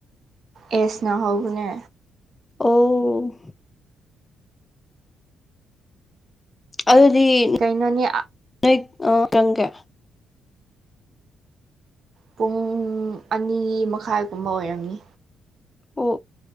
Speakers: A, on the right (about 55°); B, on the left (about 20°).
A: ꯑꯦꯁꯅ ꯍꯧꯕꯅꯦ
B: ꯑꯣ ꯑꯗꯨꯗꯤ
A: ꯀꯩꯅꯣꯅꯤ
B: ꯑꯩ ꯆꯪꯒꯦ
A: ꯄꯨꯡ ꯑꯅꯤ ꯃꯈꯥꯏꯒꯨꯝꯕ ꯑꯣꯏꯔꯝꯃꯤ
B: ꯑꯣ